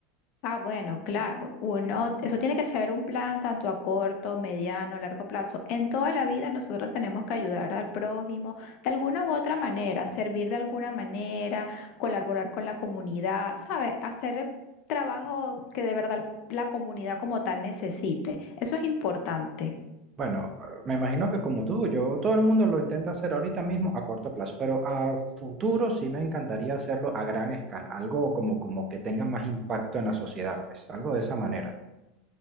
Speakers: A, on the left; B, on the right.
A: Ah, bueno, claro. Uno, eso tiene que ser un plan tanto a corto, mediano, largo plazo. En toda la vida nosotros tenemos que ayudar al prójimo de alguna u otra manera, servir de alguna manera, colaborar con la comunidad, ¿sabes? Hacer el trabajo que de verdad la comunidad como tal necesite. Eso es importante.
B: Bueno, me imagino que como tú, yo, todo el mundo lo intenta hacer ahorita mismo a corto plazo, pero a futuro sí me encantaría hacerlo a gran escala, algo como, como que tenga más impacto en la sociedad, pues, algo de esa manera.